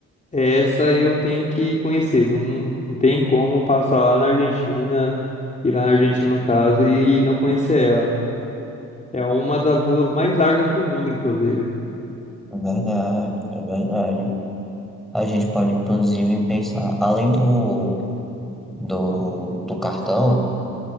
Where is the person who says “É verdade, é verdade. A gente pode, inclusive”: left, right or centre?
Centre